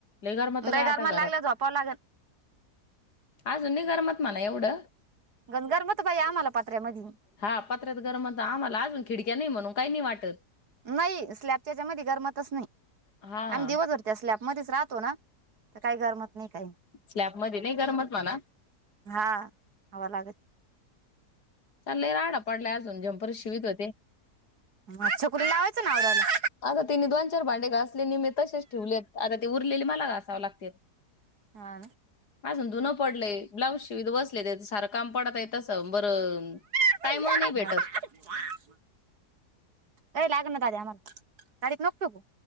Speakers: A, on the left; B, on the right.
A: गरमत
B: लय
A: बाई आता
B: गार म
A: घरात.
B: लागलं झोपावं लागल.
A: अजून निगरमत मला एवढं.
B: <unintelligible> बया आम्हाला पत्र्यामधी.
A: हा पत्र्यात गरम होत आम्हाला अजून खिडक्या नाही म्हणून काही नाही वाटत.
B: नाही स्लॅपच्या याच्यामधी गरमतच नाही.
A: हा
B: दिवसभर त्या स्लॅप मध्येच राहतो ना, तर काही गरमत नाही काही.
A: स्लॅपमध्ये नाही गरमत म्हणा.
B: हा हवा लागल.
A: लई राडा पडलाय अजून झंमपर शिवीत होते.
B: ह छकुलीला लावायचं ना आवरायला.
A: अग तिनी दोन चार भांडे घासले नी म तशेच ठेवलेत आता ती उरलेली मला घासावं लागते.
B: हा
A: अजून धुनं पडलंय ब्लाउज शिवित बसले त्याच सारं काम पडत तसं बरं
B: <unintelligible>
A: टाइम नाही भेटत.
B: ये लाग ना दादया आमाला गाडीत नको फेकू.